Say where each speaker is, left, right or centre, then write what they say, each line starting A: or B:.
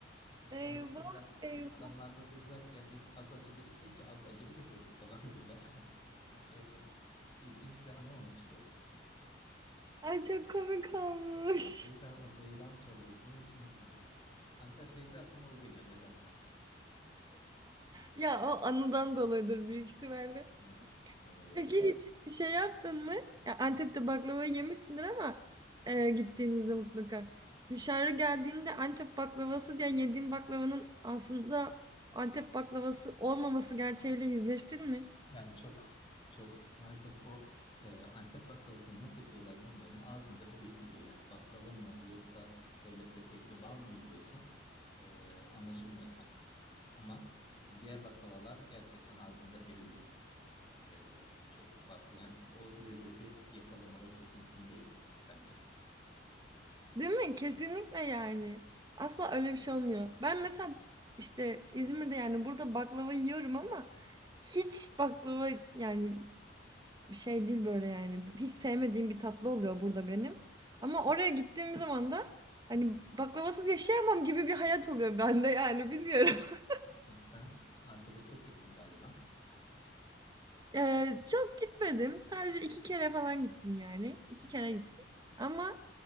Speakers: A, on the left (about 25°); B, on the right (about 20°).
A: E, sonrasında
B: eyvah, eyvah.
A: adamlar da dediler ki ya biz az acılı isteyince az acılı getirdik falan <laughs> dediler. <laughs> Öyle ilginç bir anı olmuştu.
B: Ay çok komik olmuş.
A: O yüzden
B: <laughs>
A: o beyram çorbasını hiç unutmuyorum yani. Antep deyince aklıma o geliyor nedense.
B: Ya o anıdan dolayıdır büyük ihtimalle.
A: Evet olabilir.
B: Peki hiç şey yaptın mı? Ya Antep'te baklava yemişsindir ama e, gittiğinizde mutlaka. Dışarı geldiğinde Antep baklavası diye yediğin baklavanın aslında Antep baklavası olmaması gerçeğiyle yüzleştin mi?
A: Yani çok çok maalesef o e, Antep baklavasını nasıl yapıyorlar bilmiyorum. Ağzında eriyip gidiyor. Yani baklava mı yoksa böyle petekli bal mı yiyorsun? E, anlaşılmıyor tam. Ama e, diğer baklavalar gerçekten ağzında erimiyor. Ee, çok farklı. Yani o lezzeti yakalamaları çok mümkün değil bence.
B: Değil mi? Kesinlikle yani. Asla öyle bir şey olmuyor. Ben mesela işte İzmir'de yani burada baklava yiyorum ama hiç baklava yani bir şey değil böyle yani. Hiç sevmediğim bir tatlı oluyor burada benim. Ama oraya gittiğim zaman da hani baklavasız yaşayamam gibi bir hayat oluyor bende yani bilmiyorum. <laughs>
A: Ya sen Antep'e çok gittin galiba.
B: Eee, çok gitmedim. Sadece iki kere falan gittim yani. İki
A: Evet.
B: kere gittim. Ama